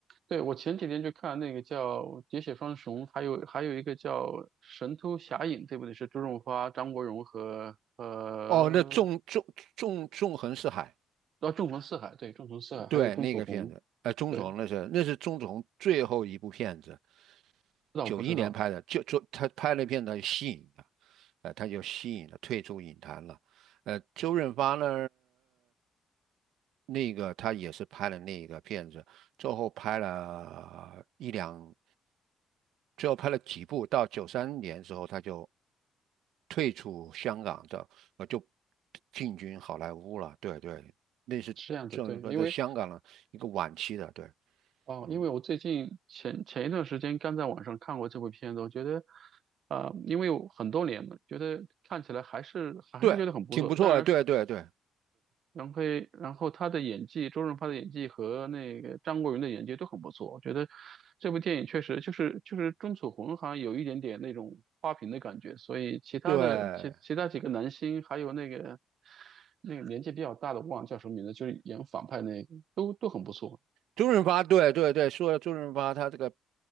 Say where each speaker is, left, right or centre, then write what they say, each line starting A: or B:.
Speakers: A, on the right; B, on the right.
A: 对，我前几天去看那个叫《喋血双雄》，还有还有一个叫《神偷侠影》，对不对？是周润发、张国荣和和
B: 哦，那纵纵纵纵横四海，
A: 哦，纵横四海，对，纵横四海，
B: 对那个片子，
A: 还有钟楚红，
B: 呃，钟楚红那是那是钟楚红最后一部片子，
A: 对，知道我不知道
B: 九一年拍的，就就他拍那片，他吸引他，呃，他就吸引了，退出影坛了。呃，周润发呢，那个他也是拍了那个片子，最后拍了一两，最后拍了几部，到九三年之后他就退出香港的，呃，就进军好莱坞了。对对，那是周润发在香港的一个晚期的，
A: 是这样子，对，因为
B: 对，
A: 哦，
B: 嗯，
A: 因为我最近前前一段时间刚在网上看过这部片子，我觉得，呃，因为有很多年了，觉得看起来还是还是觉得很不错，
B: 对，挺不错的，
A: 当然
B: 对对对
A: 然后，然后他的演技，周润发的演技和那个张国荣的演技都很不错。我觉得这部电影确实就是就是钟楚红好像有一点点那种花瓶的感觉，所以其他的其其他几个男星还有那个
B: 对。
A: 那个年纪比较大的，我忘了叫什么名字，就是演反派那个都都很不错。
B: 周润发，对对对，说到周润发，他这个